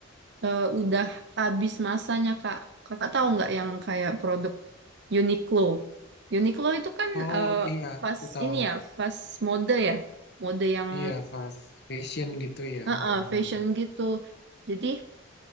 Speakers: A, on the right; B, on the left.
A: eh, udah habis masanya Kak. Kakak tahu nggak yang kayak produk Uniqlo? Uniqlo itu kan
B: Oh
A: eh,
B: iya,
A: fast
B: aku tahu.
A: ini ya, fast mode ya. Mode yang
B: Iya, fast fashion gitu ya.
A: eh,
B: Mhm.
A: eh, fashion gitu. Jadi